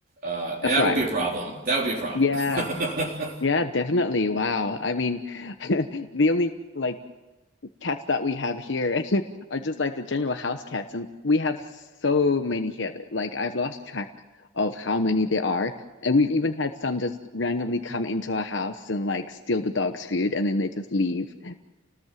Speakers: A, on the right; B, on the left.
A: uh,
B: A
A: that
B: fright.
A: would be a problem. That would be a problem.
B: Yeah.
A: <laughs>
B: Yeah, definitely. Wow. I mean, <laughs> the only like cats that we have here <laughs> are just like the general house cats, and we have so many here. that, Like I've lost track of how many there are, and we've even had some just randomly come into our house and like steal the dog's food, and then they just leave.